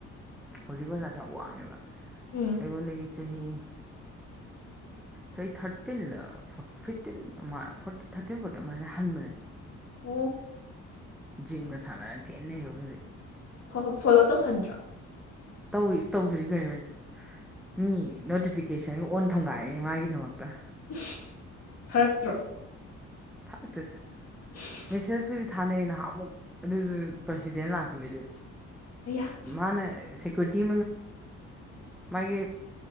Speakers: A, in the centre; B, on the left.
A: ꯍꯧꯖꯤꯛ ꯑꯣꯖ ꯌꯥꯝ ꯋꯥꯡꯉꯦꯕ
B: ꯎꯝ
A: ꯑꯩꯉꯣꯟꯗꯒꯤ ꯆꯍꯤ ꯆꯍꯤ ꯊꯥꯔ ꯐꯤꯞꯇꯤꯟꯂꯥ four fifteen four thirteen fourteen ꯑꯗꯨꯃꯥꯏꯅ ꯍꯟꯕꯅꯦꯕ꯫
B: ꯑꯣ꯫
A: ꯖꯤꯝꯒ ꯁꯥꯟꯅꯅ ꯊꯤꯟ ꯅꯩꯍꯧꯏ ꯍꯧꯖꯤꯛ꯫
B: ꯑꯣ ꯐꯣꯂꯣ ꯇꯧꯍꯟꯗ꯭ꯔꯣ
A: ꯇꯧꯏ ꯏꯁ ꯇꯧꯗꯔꯗꯤ ꯀꯩꯅꯣꯅꯦ ꯃꯤ ꯅꯣꯇꯤꯐꯤꯀꯦꯁꯟ꯫ ꯁꯟ ꯑꯣꯟ ꯊꯝꯒꯥꯏꯔꯤꯅꯤ ꯃꯥꯒꯤꯗꯃꯛꯇ꯫
B: ꯏꯁ ꯊꯔꯛꯇ꯭ꯔꯣ꯫
A: ꯊꯥꯛꯔꯛꯇꯦꯗ꯫
B: ꯍ <unintelligible>
A: ꯃꯦꯁꯦꯁꯄꯨꯗꯤ ꯊꯥꯅꯩ ꯅꯍꯥꯟ ꯑꯃꯨꯛ ꯑꯗꯨꯁꯨ ꯄ꯭ꯔꯁꯤꯗꯦꯟ ꯂꯥꯛꯈꯤꯕꯩꯗ
B: ꯑꯌꯥ
A: ꯃꯥꯅꯦ ꯁꯦꯀ꯭ꯌꯨꯔꯔꯤꯇꯤ ꯃꯥꯒꯤ